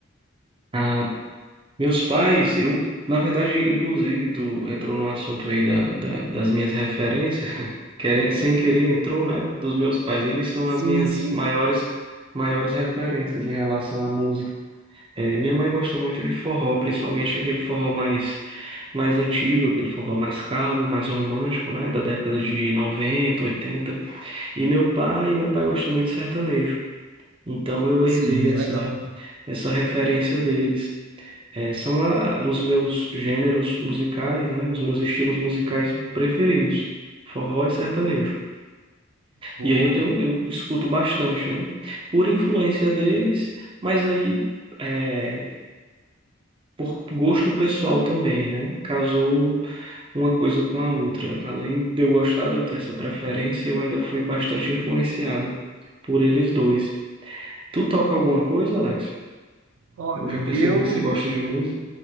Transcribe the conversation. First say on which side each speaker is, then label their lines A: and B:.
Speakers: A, on the right (about 25°); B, on the right (about 85°).
A: Ah, Meus pais, eu, na verdade, inclusive, tu entrou no assunto aí da, da- das minhas referências, <laughs> querem, sem querer entrou, né, dos meus pais. Eles são
B: Sim,
A: as minhas
B: sim.
A: maiores, maiores referências em relação à música. É, minha mãe gosta muito de forró, principalmente aquele forró mais, mais antigo, aquele forró mais calmo, mais romântico, né, da década de noventa oitenta E meu pai, meu pai gosta muito de sertanejo. Então eu
B: Sim,
A: herdei essa,
B: legal.
A: essa referência deles. É, são a- os meus gêneros musicais, né? Os meus estilos musicais preferidos, forró e sertanejo.
B: Vou.
A: E aí eu tenho, eu escuto bastante, né? Por influência deles, mas aí é, por gosto pessoal também, né? Casou uma coisa com a outra. Além de eu gostar de eu ter essa preferência, eu ainda fui bastante influenciado por eles dois. Tu toca alguma coisa, Alex?
B: Olha,
A: Eu já percebi
B: eu
A: que você gosta de música.